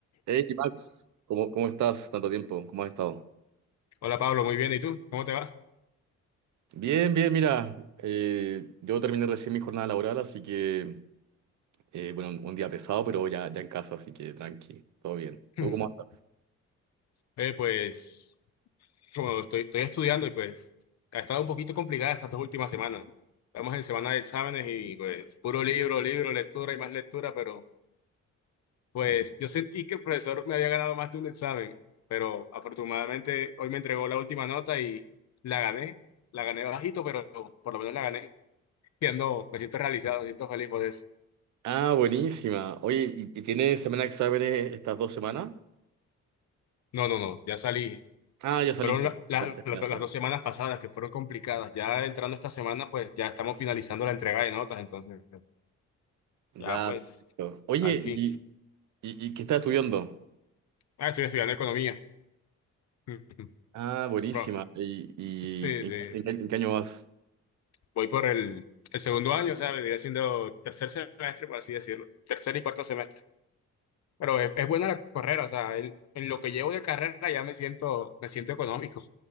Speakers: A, on the right; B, on the left.
A: Hey Max, ¿cómo, cómo estás? Tanto tiempo, ¿cómo has estado?
B: Hola Pablo, muy bien. ¿Y tú? ¿Cómo te va?
A: Bien, bien, mira, eh, yo terminé recién mi jornada laboral, así que, eh, bueno, un día pesado, pero ya, ya en casa, así que tranqui, todo bien. ¿Tú
B: <clears throat>
A: cómo andas?
B: <laughs> Eh, pues, como estoy, estoy estudiando y pues ha estado un poquito complicada estas dos últimas semanas. Estamos en semana de exámenes y pues puro libro, libro, lectura y más lectura, pero pues yo sentí que el profesor me había ganado más de un examen, pero afortunadamente hoy me entregó la última nota y la gané. La gané bajito, pero por lo menos la gané. Y ando- me siento realizado, me siento feliz por eso.
A: Ah, buenísima. Oye, ¿y, y tienes semana de exámenes estas dos semanas?
B: No, no, no, ya salí.
A: Ah, ya
B: Fueron
A: saliste,
B: la- la-
A: te, te terminaste.
B: la- las dos semanas pasadas que fueron complicadas. Ya entrando esta semana, pues ya estamos finalizando la entrega de notas, entonces
A: Ya,
B: ya pues
A: perfecto. Oye,
B: al fin.
A: ¿y, y- y qué estás estudiando?
B: Ah, estoy estudiando economía. <laughs>
A: Ah, buenísima.
B: Pro-
A: ¿Y, y
B: sí, sí.
A: en, en qué en qué año vas?
B: Voy por el, el segundo año, ¿sabes? vendría siendo tercer semestre, por así decirlo. Tercer y cuarto semestre. Pero es, es buena la carrera, o sea, el- en lo que llevo de carrera ya me siento, me siento económico.